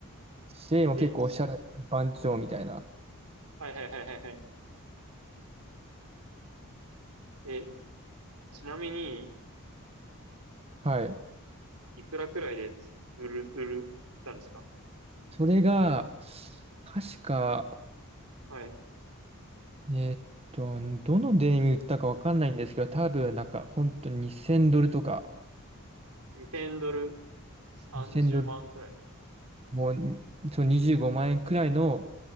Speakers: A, on the right; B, on the right.
A: シェイも結構おしゃれ番長みたいな。
B: え、はいはいはいはいはい。え、ちなみに、
A: はい。
B: いくらくらいで売る、売る、たんですか
A: それが、確か、
B: はい。
A: えーっと、どのデニム売ったかわかんないんですけど、多分なんか本当に2000ドルとか、
B: 2000ドル30万くらい。
A: 2000ドル、もうにそう25万円くらいの